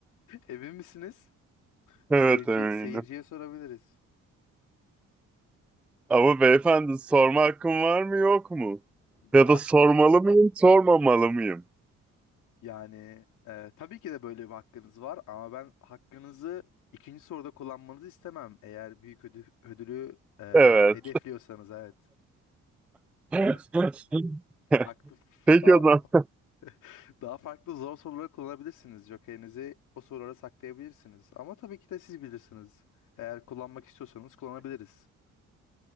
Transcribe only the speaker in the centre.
Evet
eminim.
Ama beyefendi sorma hakkım var mı yok mu?
Ya da sormalı mıyım sormamalı mıyım?
Evet.
<laughs>
Peki
o zaman.